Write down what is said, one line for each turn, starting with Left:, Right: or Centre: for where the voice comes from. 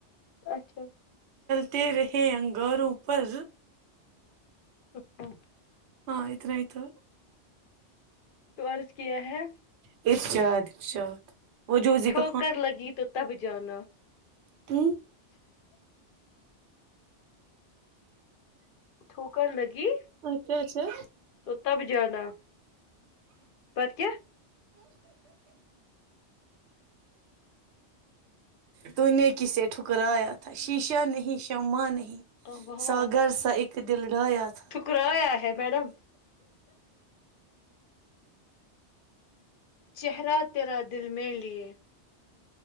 Left: اچھا
Right: ت رہے انگاروں پر
Left: اچھا
Right: ہاں اتنے آئیت
Left: تو عرض کیا ہے
Right: ارجاد ارشاد وہ جوزی
Left: ٹھوکر
Right: کا
Left: لگی تو تب جانا
Right: ج
Left: تھوکا لگی
Right: اچھا اچھا
Left: تو تب جانا پت کیا
Right: تو نے کسے ٹھکرایا تھا شیشہ نہیں شما نہیں
Left: واہ واہ
Right: سا گگر سا اک دل ڈایا تھا
Left: ٹھکرایا ہے میڈم چہرہ تیرا دل میں لیے